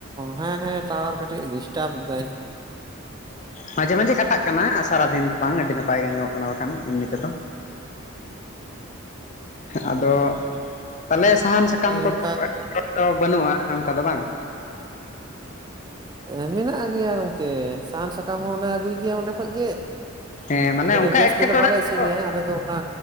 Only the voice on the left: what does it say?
ᱢᱟᱡᱷᱮ ᱢᱟᱡᱷᱮ ᱠᱟᱴᱟᱜ ᱠᱟᱱᱟ ᱥᱟᱨᱟᱫᱤᱱ ᱫᱚ ᱵᱟᱝ ᱟᱹᱰᱤ ᱱᱟᱯᱟᱭ ᱜᱮ ᱟᱸᱡᱚᱢᱚᱜ ᱠᱟᱱᱟ ᱵᱟᱠᱷᱟᱱ ᱮᱢᱱᱤ ᱛᱮᱫᱚ᱾ ᱟᱫᱚ ᱛᱟᱦᱚᱞᱮ ᱥᱟᱦᱟᱱ ᱥᱟ ᱠᱟᱢ
ᱠᱚᱫᱚ
<inaudible> ᱵᱟᱹᱱᱩᱜᱼᱟ ᱠᱷᱟᱱ ᱚᱱᱠᱟ ᱫᱚ ᱵᱟᱝ?
ᱦᱮᱸ, ᱢᱟᱱᱮ
ᱚᱱᱠᱟ
ᱮᱴᱠᱮᱴᱚᱬᱮ
ᱫᱚ